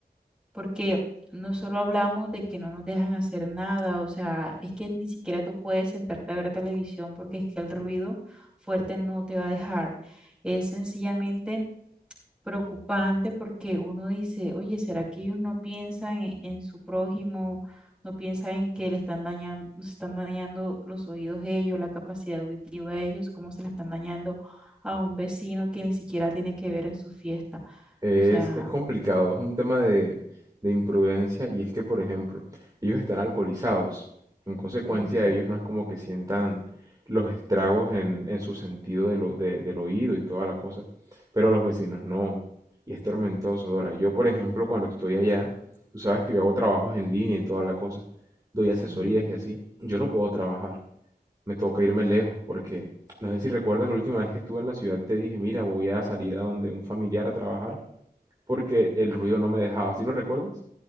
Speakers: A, in the centre; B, on the right.
A: porque no solo hablamos de que no nos dejan hacer nada, o sea, es que ni siquiera tú puedes sentarte a ver televisión porque es que el ruido fuerte no te va a dejar, es sencillamente preocupante porque uno dice, oye, ¿será que ellos no piensan en, en su prójimo? No piensan en que le están dañando, están dañando los oídos de ellos, la capacidad auditiva de ellos, cómo se la están dañando a un vecino que ni siquiera tiene que ver en su fiesta.
B: Es,
A: O sea,
B: es complicado, es un tema de, de imprudencia y es que, por ejemplo, ellos están alcoholizados. En consecuencia,
A: ujú,
B: ellos no es como que sientan los estragos en, en su sentido de lo- de- del oído y toda la cosa, pero los vecinos no. Y es tormentoso, Dora. Yo, por ejemplo, cuando estoy allá, tú sabes que yo hago trabajos en línea y toda la cosa, doy asesorías
A: sí,
B: y así. Yo no puedo trabajar, me toca irme lejos porque, no sé si recuerdas la última vez que estuve en la ciudad, te dije, mira, voy a salir a donde un familiar a trabajar porque el ruido no me dejaba, ¿sí lo recuerdas?